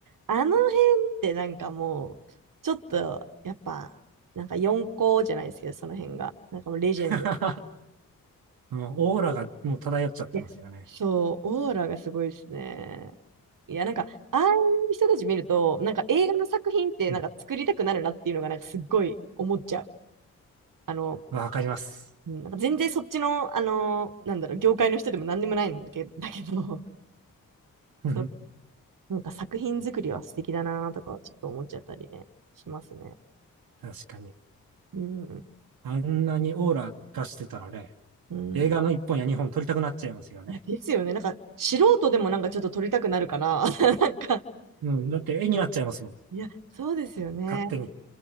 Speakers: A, on the right; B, on the right.
A: あの辺ってなんかもう、ちょっと、やっぱ、なんか四校じゃないですけど、その辺が。なんかもうレジェンド。
B: <laughs> もうオーラがもう漂っちゃってますよね。
A: いや、そう、オーラがすごいですね。いや、なんか、ああいう人たち見ると、なんか映画の作品ってなんか作りたくなるなっていうのが、
B: うん。
A: なんかすっごい思っちゃう。あの、
B: わかります。
A: うんなんか全然そっちの、あの、なんだろう、業界の人でも何でもないんだけだけど、<laughs>
B: うん
A: そう、なんか作品作りは素敵だなとか、ちょっと思っちゃったりね、しますね。
B: 確かに。
A: うん、
B: あんなにオーラ出してたらね、
A: うん。
B: 映画の1本や2本撮りたくなっちゃいますよね。
A: いや、ですよね。なんか、素人でもなんかちょっと撮りたくなるから、<laughs> なんか、
B: うん。だって絵になっちゃいますもん。
A: いや、そうですよね。
B: 勝手に。